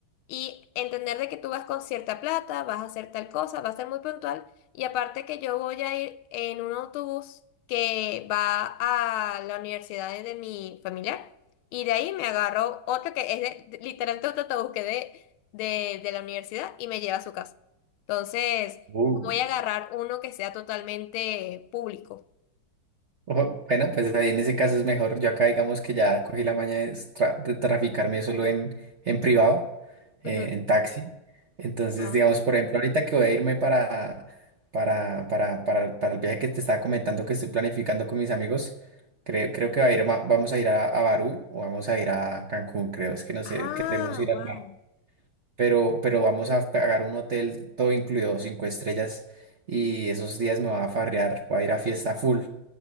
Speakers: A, on the left; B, on the right.
A: Y entender de que tú vas con cierta plata, vas a hacer tal cosa, vas a ser muy puntual. Y aparte que yo voy a ir en un autobús que va a la universidad de de mi familiar. Y de ahí me agarro otro que es de- de- literalmente otro autobús que de, de, de la universidad y me lleva a su casa. Entonces,
B: Uh.
A: no voy a agarrar uno que sea totalmente público.
B: Ojo, bueno, pues ahí en ese caso es mejor. Yo acá digamos que ya cogí la maña de, tra- de traficarme solo en, en privado,
A: Ujú.
B: eh, en taxi. Entonces,
A: Ah.
B: digamos, por ejemplo, ahorita que voy a irme para, para, para, para, para el viaje que te estaba comentando que estoy planificando con mis amigos, creo, creo que va a ir, ma- vamos a ir a, a Barú o vamos a ir a Cancún, creo. Es que no sé,
A: Ah,
B: queremos ir
A: wow.
B: al mar. Pero, pero vamos a pagar un hotel todo incluido, cinco estrellas, y esos días me va a farrear, voy a ir a fiesta full